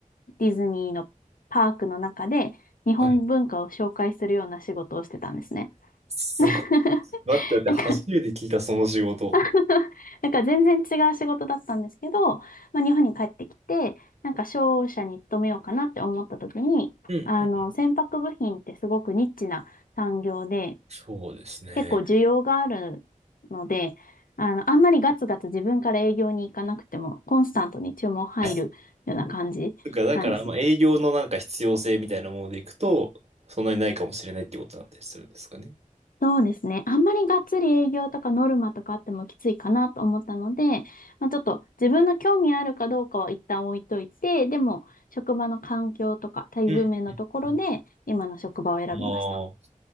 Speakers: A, on the left (about 80°); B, on the right (about 50°).
A: ー、ディズニーのパークの中で日本文化を紹介するような仕事をしてたんですね。
B: はい。すごい。
A: <laughs>
B: 待って待って、
A: なんか
B: 初めて聞いたその仕事。
A: <laughs> なんか全然違う仕事だったんですけど、まあ、日本に帰ってきて、なんか商社に勤めようかなって思った時に、
B: うんうん。
A: あの、船舶部品ってすごくニッチな産業で、
B: そうですね。
A: 結構需要があるので、あの、あんまりガツガツ自分から営業に行かなくても、コンスタントに注文入るような感じなんですね
B: だから、だから、まあ、営業のなんか必要性みたいなものでいくと、そんなにないかもしれないってことだったりするんですかね。
A: そうですね。あんまりがっつり営業とかノルマとかあってもきついかなと思ったので、まあ、ちょっと自分の興味あるかどうかは一旦置いといて、でも職場の環境とか待遇面のところで今の職場を選びました。
B: うんうんうん。ああ。